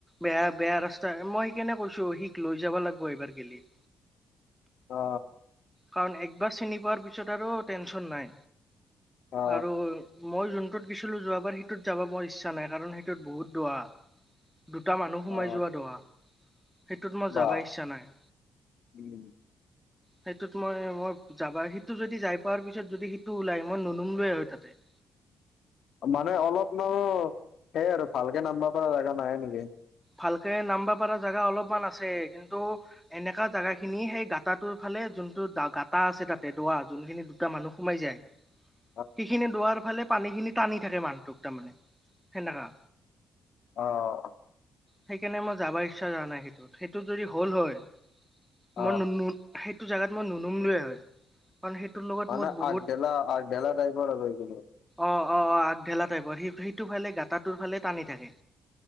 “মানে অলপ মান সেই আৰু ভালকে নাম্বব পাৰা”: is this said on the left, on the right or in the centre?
Left